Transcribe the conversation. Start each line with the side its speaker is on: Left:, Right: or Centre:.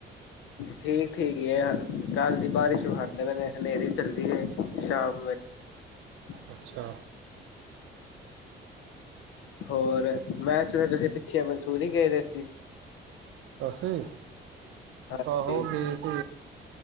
Left: ਠੀਕ ਠੀਕ ਹੈ <unintelligible> ਕੱਲ੍ਹ ਦੀ ਬਾਰਿਸ਼ ਵਿਖਦੇ ਪਏ ਨੇ, ਹਨੇਰੀ ਚੱਲਦੀ ਐ, ਸ਼ਾਮ ਵੇਲੇ
Right: ਅੱਛਾ।
Left: ਹੋਰ ਮੈਂ ਸੁਣਿਆਂ ਤੁਸੀਂ ਪਿੱਛੇ ਮਨਸੂਰੀ ਗਏ ਸੀ।
Right: ਅਸੀ
Left: ਹਾਂਜੀ
Right: ਆਹੋ ਗਏ ਸੀ